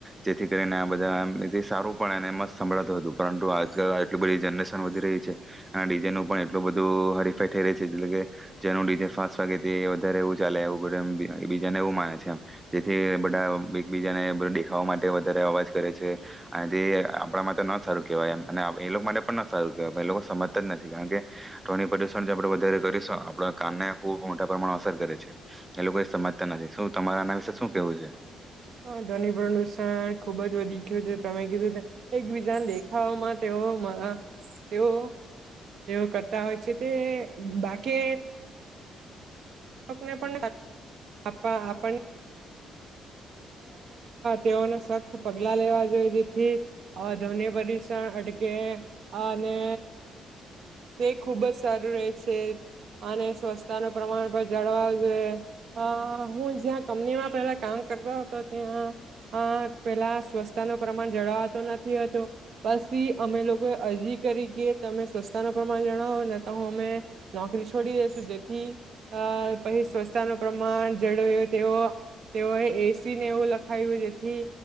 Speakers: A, on the right; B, on the right.
A: જેથી કરીને આ. બધા જે સારું પણ એને એમાં જ સંભાતું હતું, પરંતુ આજકાલ આટલી બધી જનરેશ વધી રહી છે, કારણ કે જેનો પણ એટલો બધું હરીફેઈ થઈ રહી છે. એટલે કે જેનું ડીજે ફાસ્ટ વાગે તે વધારે એવું ચાલે એવું એમ બીજાને એવું માને છે. જેથી બધા એકબીજાને દેખાવા માટે વધારે અવાજ કરે છે. અરે આપણા માટે ન સારું કેહેવાય એમ અને એ લોકો માટે પણ ન સારું કેહેવાય. પર એ લોકો સમજતા જ નથી કારણ કે ધ્વનિ પ્રદુષણ જે આપણે વધારે કરીશું આપણા કાનને ખૂબ મોટા પ્રમાણમાં અસર કરે છે, એ લોકો એ સમજતા નથી. શું તમારે આના વિશે શું કેહેવું છે?
B: હા, ધ્વનિ પ્રદુષણ ખુબજ વધી ગયું છે. તમે કીધું કે એકબીજા દેખાવઓમાં તેઓમાં તેઓ-તેઓ કરતા હોય છે. તે બાકે આપણે પણ આપ્પા આપણ તેઓને સખ્ત પગલા લેવા જોઈએ જેથી ધ્વનિ પ્રદુષણ હટકે અને તે ખુબજ સારું રહે છે, અને સ્વસ્છતા નો પ્રમાણ પણ જણાવાયું હૈ. આહ હું જ્યાં કંપનીમાં પેલા કામ કરતો હતો ત્યાં આહ પેલા સ્વચ્છતા નો પ્રમાણ જળવાતો નથીતું. પછી અમે લોકો અરજી કરી કે તમે સ્વચ્છતા નો પ્રમાણ જણાવોને તો હમે નોકરી છોડી દેસું તેથી આહ પછી સ્વચ્છતા નો પ્રમાણ જાણેવું તેવો તેઓ એ એ સી ને એવું લખાવ્યું જે. થી